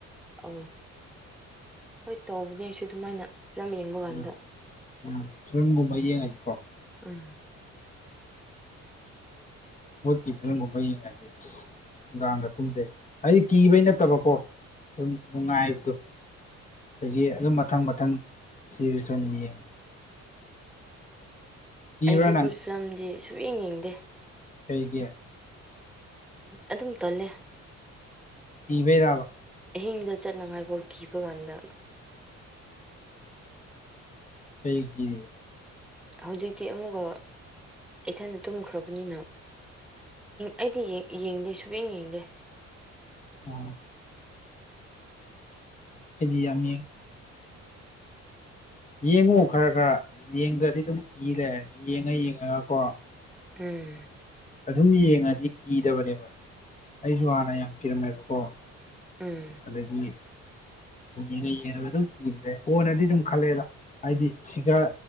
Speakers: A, in the centre; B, on the left (about 25°).
A: ꯑ ꯍꯣꯏ ꯇꯧꯕꯅꯦ ꯑꯩꯁꯨ ꯑꯗꯨꯃꯥꯏꯅ ꯐꯤꯂꯝ ꯌꯦꯡꯕ ꯀꯥꯟꯗ
B: ꯎꯝ ꯎꯝ ꯐꯤꯂꯝꯒꯨꯝꯕ ꯌꯦꯡꯉꯁꯤꯀꯣ
A: ꯎꯝ
B: ꯀꯤꯀꯤ ꯐꯔꯝꯕꯕꯗꯤ ꯅꯨꯡꯗꯥꯥꯡꯗ ꯇꯨꯝꯗꯦ ꯍꯥꯏꯗꯤ ꯀꯤꯕꯩ ꯅꯠꯇꯕꯀꯣ ꯑꯗꯨꯝ ꯅꯨꯡꯉꯥꯏꯕꯗꯣ ꯑꯗꯒꯤ ꯑꯗꯨꯝ ꯃꯊꯪ ꯃꯊꯪ ꯁꯤꯔꯁꯨꯅꯤ ꯌꯦꯡꯉ ꯀꯤꯕ꯭ꯔꯥ
A: ꯑꯩꯗꯤ ꯐꯨꯠ ꯐꯤꯂꯝꯗꯤ ꯁꯨꯡ ꯌꯦꯡ ꯌꯦꯡꯗꯦ
B: ꯍꯩꯒꯦ
A: ꯑꯗꯨꯝ ꯇꯣꯜꯂꯦ
B: ꯀꯕꯩ ꯌꯥꯕ
A: ꯑꯍꯤꯡꯗ ꯆꯠꯅꯉꯥꯏꯐꯥꯎ ꯀꯤꯕ ꯀꯥꯟꯗ
B: ꯀꯩꯒꯤ
A: ꯍꯧꯖꯤꯛꯇꯤ ꯑꯃꯨꯛꯒ ꯏꯊꯅ ꯇꯨꯝꯈ꯭ꯔꯕꯅꯤꯅ ꯑꯩꯗꯤ ꯌꯦꯡꯗꯦ ꯁꯨꯕꯡ ꯌꯦꯡꯗꯦ
B: ꯎꯝ ꯑꯩꯗꯤ ꯌꯥꯝ ꯌꯦꯡꯉꯨ ꯈꯔ ꯈꯔ ꯌꯦꯡꯗ꯭ꯔꯗꯤ ꯑꯗꯨꯝ ꯀꯤꯔꯦ ꯌꯦꯡꯉ ꯌꯦꯡꯉꯒ ꯀꯣ
A: ꯎꯝ
B: ꯑꯗꯨꯝ ꯌꯦꯡꯉꯗꯤ ꯀꯤꯗꯕꯅꯦꯕ ꯑꯩꯁꯨ ꯍꯥꯟꯅ ꯌꯥꯝ ꯀꯤꯔꯝꯃꯦꯕꯀꯣ
A: ꯎꯝ
B: ꯑꯗꯗꯒꯤ ꯌꯦꯡꯉ ꯌꯦꯡꯉꯒ ꯑꯗꯨꯝ ꯀꯤꯗ꯭ꯔꯦ ꯀꯣꯟꯅꯗꯤ ꯑꯗꯨꯝ ꯈꯜꯂꯦꯗ ꯍꯥꯏꯗꯤ ꯁꯤꯒ